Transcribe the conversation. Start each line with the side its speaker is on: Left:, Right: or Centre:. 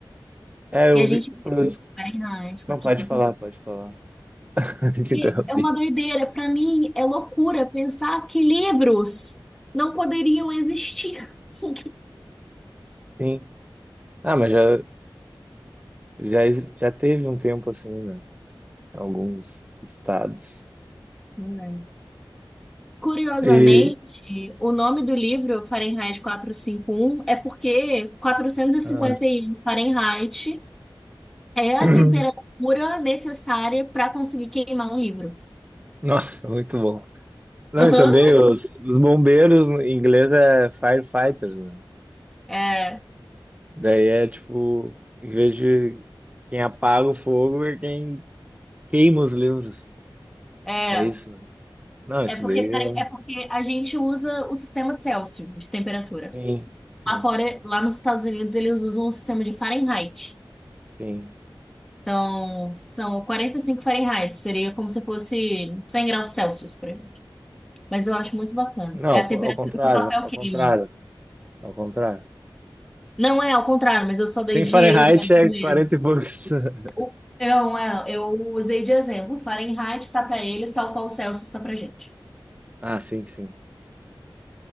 Right: É, eu
Centre: E a
Right: vi.
Centre: gente viu
Right: foi-
Centre: Fahrenheit 451.
Right: Não, pode falar, pode falar. <laughs>
Centre: E cinquenta e um.
Right: Te
Centre: E
Right: interrompi.
Centre: é uma doideira, pra mim é loucura pensar que livros não poderiam existir. <laughs>
Right: Sim. Ah, mas já, já, ex- já teve um tempo assim, né? Em alguns estados.
Centre: Né? Curiosamente,
Right: E.
Centre: o nome do livro, Fahrenheit 451, é porque 451
Right: ah,
Centre: Fahrenheit É a
Right: <clears throat>
Centre: temperatura necessária para conseguir queimar um livro.
Right: nossa, muito bom. Não,
Centre: Uhum.
Right: e também os, os bombeiros em inglês é firefighters, né?
Centre: É,
Right: Daí é tipo, em vez de quem apaga o fogo é quem queima os livros.
Centre: é.
Right: É isso, né? Não,
Centre: É
Right: isso
Centre: porque,
Right: daí é.
Centre: pare-
Right: um,
Centre: é porque a gente usa o sistema Celsius de temperatura.
Right: Sim, sim,
Centre: Lá fora, lá nos Estados Unidos, eles usam o sistema de Fahrenheit.
Right: sim.
Centre: Então, são 45 Fahrenheit. Seria como se fosse 100 graus Celsius, por exemplo. Mas eu acho muito bacana.
Right: Não,
Centre: É a temperatura
Right: ao contrário,
Centre: que o papel
Right: ao
Centre: queima.
Right: contrário, ao contrário.
Centre: Não é ao contrário, mas eu só dei
Right: Sem
Centre: de
Right: Fahrenheit
Centre: exemplo
Right: é
Centre: mesmo.
Right: 40 e poucos. <laughs>
Centre: O- Eu, é, eu usei de exemplo. Fahrenheit tá pra eles, tal qual Celsius tá pra gente.
Right: Ah, sim, sim.